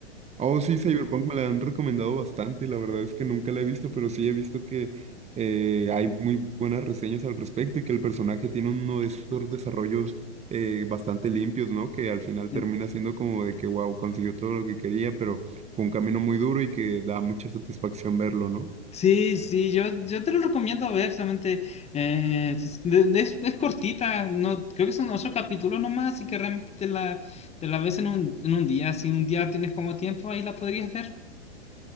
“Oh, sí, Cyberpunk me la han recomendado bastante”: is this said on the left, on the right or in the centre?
Right